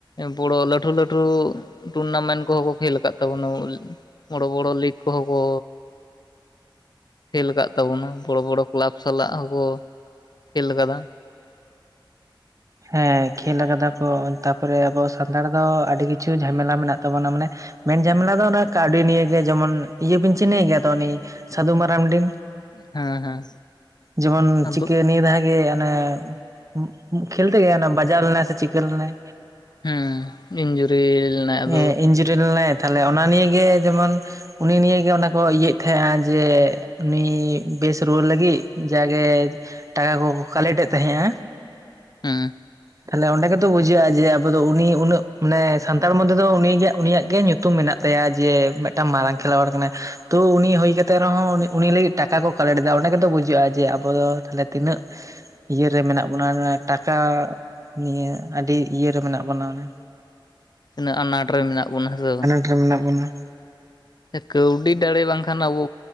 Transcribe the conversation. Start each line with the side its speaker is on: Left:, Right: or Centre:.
Left: ᱵᱚᱲᱚ ᱞᱟᱹᱴᱷᱩ ᱞᱟᱹᱴᱷᱩ ᱴᱩᱨᱱᱟᱢᱮᱱᱴ ᱠᱚᱦᱚᱸ ᱠᱚ ᱠᱷᱮᱞ ᱟᱠᱟᱫ ᱛᱟᱵᱚᱱᱟ ᱵᱳᱞ, ᱵᱚᱲᱚ ᱵᱚᱲᱚ ᱞᱤᱜᱽ ᱠᱚᱦᱚᱸ ᱠᱚ, ᱠᱷᱮᱞ ᱟᱠᱟᱫ ᱛᱟᱵᱚᱱᱟ ᱵᱚᱲᱚ ᱵᱚᱲᱚ ᱠᱮᱞᱟᱯ ᱥᱟᱞᱟᱜ ᱦᱚᱸᱠᱚ, ᱠᱷᱮᱞ ᱟᱠᱟᱫᱟ,
Right: ᱦᱮᱸ ᱠᱷᱮᱞ ᱟᱠᱟᱫᱟ ᱠᱚ ᱛᱟᱯᱚᱨᱮ ᱟᱵᱚ ᱥᱟᱱᱛᱟᱲ ᱫᱚ ᱟᱹᱰᱤ ᱠᱤᱪᱷᱩ ᱡᱷᱟᱢᱮᱞᱟ ᱢᱮᱱᱟᱜ, ᱛᱟᱵᱚᱱᱟ ᱢᱟᱱᱮ ᱢᱮᱱ ᱡᱷᱟᱢᱮᱞᱟ ᱫᱚ ᱚᱱᱮ ᱠᱟᱹᱣᱰᱤ ᱱᱤᱭᱮ ᱡᱮᱢᱚᱱ ᱤᱭᱟᱹ ᱵᱤᱱ ᱪᱤᱱᱦᱟᱹᱭ ᱜᱮᱭᱟ ᱛᱚ ᱩᱱᱤ ᱥᱟᱫᱩ ᱢᱟᱨᱟᱱᱰᱤ,
Left: ᱦᱮᱸ ᱦᱮᱸ
Right: ᱡᱮᱢᱚᱱ
Left: ᱟᱫᱚ
Right: ᱪᱤᱠᱟᱹ ᱱᱤᱭᱟᱹ ᱫᱷᱟᱦᱟ ᱜᱮ ᱚᱱᱮ ᱠᱷᱮᱞ ᱛᱮᱜᱮ ᱚᱱᱮ ᱵᱟᱡᱟᱣ ᱞᱮᱱᱟᱭ ᱥᱮ ᱪᱤᱠᱟᱹ ᱞᱮᱱᱟᱭ,
Left: ᱦᱮᱸ ᱤᱧᱡᱩᱨᱤ ᱞᱮᱱᱟᱭ ᱟᱫᱚ
Right: ᱦᱮᱸ ᱤᱧᱡᱩᱨᱤ ᱞᱮᱱᱟᱭ ᱛᱷᱟᱞᱮ ᱚᱱᱟ ᱱᱤᱭᱮ ᱜᱮ ᱡᱮᱢᱚᱱ- ᱩᱱᱤ ᱱᱤᱭᱟᱹ ᱜᱮ ᱚᱱᱟ ᱠᱚ ᱤᱭᱟᱹᱭᱮᱫ ᱛᱟᱦᱮᱸᱜ-ᱟ ᱡᱮ ᱩᱱᱤ ᱵᱮᱥ ᱨᱩᱣᱟᱹᱲ ᱞᱟᱹᱜᱤᱫ ᱡᱟᱜᱮ ᱴᱟᱠᱟ ᱠᱚᱠᱚ ᱠᱟᱞᱮᱠᱴ ᱮᱫ ᱛᱟᱦᱮᱸᱜᱼᱟ,
Left: ᱦᱩᱸ
Right: ᱛᱟᱦᱚᱞᱮ ᱚᱸᱰᱮ ᱜᱮᱛᱚ ᱵᱩᱡᱷᱟᱹᱜᱼᱟ ᱡᱮ ᱟᱵᱚ ᱫᱚ ᱩᱱᱤ ᱩᱱᱟᱹᱜ ᱢᱟᱱᱮ ᱥᱟᱱᱛᱟᱲ ᱢᱚᱫᱽᱫᱷᱮ ᱫᱚ ᱩᱱᱤ ᱜᱮ ᱩᱱᱤᱭᱟᱹᱜ ᱜᱮ ᱧᱩᱛᱩᱢ ᱢᱮᱱᱟᱜ, ᱛᱟᱭᱟ ᱡᱮ ᱢᱤᱫᱴᱟᱝ ᱢᱟᱨᱟᱝ ᱠᱷᱮᱞᱳᱣᱟᱲ ᱠᱟᱱᱟᱭ ᱛᱚ ᱩᱱᱤ ᱦᱩᱭ ᱠᱟᱛᱮ ᱨᱮᱦᱚᱸ ᱩᱱᱤ ᱞᱟᱹᱜᱤᱫ, ᱴᱟᱠᱟ ᱠᱚ ᱠᱟᱞᱮᱠᱴ ᱮᱫᱟ ᱚᱸᱰᱮ ᱜᱮᱛᱚ ᱵᱩᱡᱷᱟᱹᱜᱼᱟ ᱡᱮ ᱟᱵᱚ ᱫᱚ ᱛᱟᱷᱞᱮ ᱛᱤᱱᱟᱹᱜ, ᱤᱭᱟᱹ ᱨᱮ ᱢᱮᱱᱟᱜ ᱵᱚᱱᱟ ᱴᱟᱠᱟ, ᱱᱤᱭᱟᱹ ᱟᱹᱰᱤ ᱤᱭᱟᱹᱨᱮ ᱢᱮᱱᱟᱜ ᱵᱚᱱᱟ ᱚᱱᱮ,
Left: ᱛᱤᱱᱟᱹᱜ ᱟᱱᱟᱴ ᱨᱮ ᱢᱮᱱᱟᱜ ᱵᱚᱱᱟ ᱦᱮᱸ ᱥᱮ ᱵᱟᱝ,
Right: ᱨᱮ ᱢᱮᱱᱟᱜ ᱵᱚᱱᱟ,
Left: ᱥᱮ ᱠᱟᱹᱣᱰᱤ ᱫᱟᱲᱮ ᱵᱟᱝᱠᱷᱟᱱ ᱟᱵᱚ